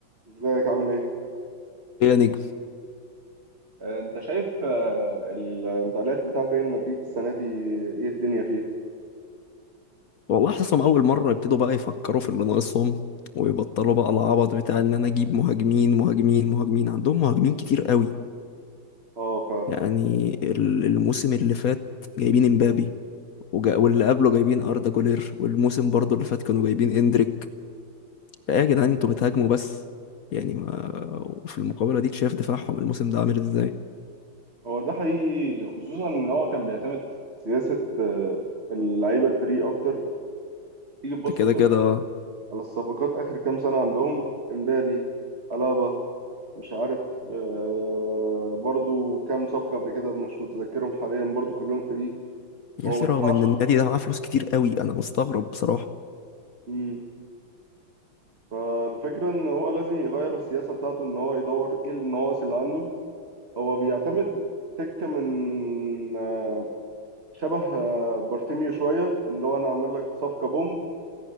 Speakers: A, on the right; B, on the left.
A: ازيك عامل ايه؟
B: يا نجم
A: آه، انت شايف آه، الانتقالات بتاعت ريال مدريد السنة دي ايه الدنيا فيها؟
B: والله حاسسهم اول مره يبتدوا بقى يفكروا في اللي ناقصهم ويبطلوا بقى العبط بتاع ان انا اجيب مهاجمين مهاجمين مهاجمين عندهم مهاجمين كتير قوي
A: اه فعلا
B: يعني ال- الموسم اللي فات جايبين امبابي وجا- واللي قبله جايبين اردا جولير والموسم برضو اللي فات كانوا جايبين اندريك لا يا جدعان انتوا بتهاجموا بس يعني ما وفي المقابله ديك شايف دفاعهم الموسم ده عامل ازاي
A: هو ده حقيقي خصوصا ان هو كان بيعتمد سياسة آه، اللعيبة الفري اكتر تيجي تبص
B: ده كده
A: على
B: كده
A: الصفقات اخر كام سنة عندهم امبابي الابا مش عارف آه، برضو كام صفقة قبل كده مش متذكرهم حاليا برضو كلهم فري
B: يا
A: هو
B: اخي
A: ما
B: رغم
A: دفعش
B: ان النادي ده معاه فلوس كتير قوي انا مستغرب بصراحه
A: مم. فالفكرة ان هو لازم يغير السياسة بتاعته ان هو يدور ايه النواقص اللي عنده هو بيعتمد تكة من آه، شبه آه، بارتيميو شوية اللي هو أنا أعمل لك صفقة بومب